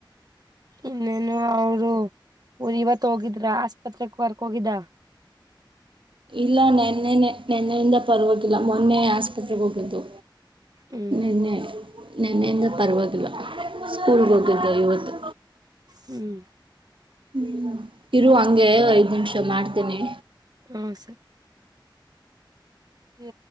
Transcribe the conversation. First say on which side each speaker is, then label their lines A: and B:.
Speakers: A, on the right; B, on the right.
A: ಇನ್ನೇನು ಅವರು ಊ ಇವತ್ ಹೋಗಿದ್ರ ಆಸ್ಪತ್ರೆಗೆ ಕರ್ಕೊ ಹೋಗಿದ್ದ
B: ಇಲ್ಲ ನೆನ್ನೆ ನೇ ನೆನ್ನೆಯಿಂದ ಪರ್ವಾಗಿಲ್ಲ ಮೊನ್ನೆ ಆಸ್ಪತ್ರೆಗೆ ಹೋಗಿದ್ದು
A: ಹ್ಮ್
B: ನಿನ್ನೆ ನೆನ್ನೆಯಿಂದ ಪರ್ವಾಗಿವಾಗಿಿಲ್ಲ ಸ್ಕೂಲ್ಗೆ ಹೋಗಿದ್ದ ಇವತ್ತು
A: ಹ್ಮ್
B: ಹ್ಮ್ ಇರು ಹಂಗೆ ಐದ್ ನಿಮಿಷ ಮಾಡ್ತಿನಿ
A: ಹ್ಮ್ ಸರಿ